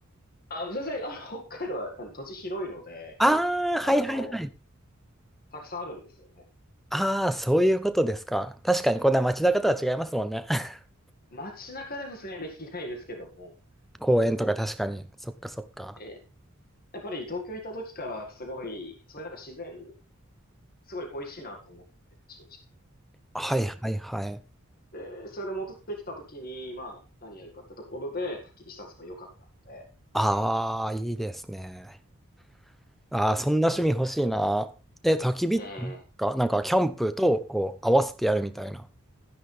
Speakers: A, on the left; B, in the centre.
A: あ、先生、あの、北海道はあの土地広いので、
B: ああ、
A: あの、
B: はいはいはい。
A: たくさんあるんですよね。
B: ああ、そういうことですか。確かにこんな街中とは違いますもんね。<laughs>
A: 街中ではさすがにできないですけども、
B: 公園とか確かに。
A: 全然
B: そっかそっか。
A: えやっぱり東京いた時からすごい、そういうなんか自然、すごい恋しいなと思ってて、正直、
B: はいはいはい。
A: 北海道も。で、それで戻ってきた時に、まあ、何やるかってところで、焚き火したんが良かったので、
B: ああ、いいですね。ああ、そんな趣味欲しいな。え、焚き火か、
A: ええ
B: なんかキャンプとこう合わせてやるみたいな。